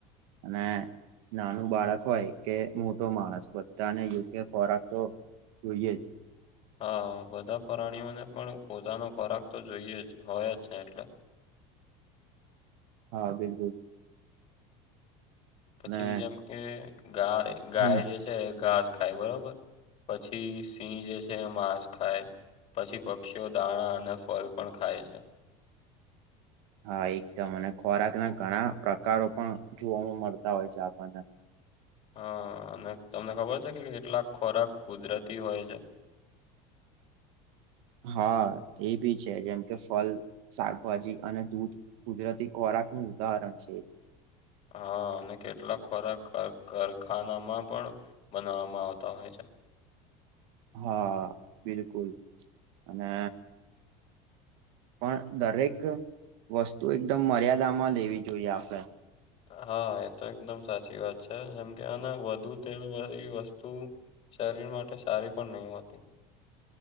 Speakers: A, on the right (about 75°); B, on the left (about 40°).
A: અને નાનું બાળક હોય કે મોટો માણસ બધાને યોગ્ય ખોરાક તો જોઈએ જ.
B: હા બધા પ્રાણીઓને પણ પોતાનો ખોરાક તો જોઈએ જ હોય જ છે એટલે
A: હા બિલકુલ.
B: પછી
A: અને
B: જેમ કે ગાય ગાય
A: હમ
B: જે છે ઘાસ ખાય બરોબર. પછી સિંહ જે છે એમાંસ ખાય પછી પક્ષીઓ દાણા અને ફળ પણ ખાય.
A: હા એકદમ અને ખોરાક ના ઘણા પ્રકારો પણ જોવા મળતા હોય છે આપણને
B: હા અને તમને ખબર છે કે કેટલાક ખોરાક કુદરતી હોય છે
A: હા એભી છે જેમ કે ફલ શાકભાજી અને દૂધ કુદરતી ખોરાક નું ઉદાહરણ છે.
B: હા અને કેટલાક ખોરાક ખર ખરખાનામાં પણ બનાવામાં આવતા હોય છે
A: હા બિલકુલ અને પણ દરેક વસ્તુ એકદમ મર્યાદામાં લેવી જોઈએ આપણે.
B: હા એ તો એકદમ સાચી વાત છે જેમ કે અને વધુ તેલ વાળી વસ્તુ શરીર માટે સારી પણ નહી હોતી.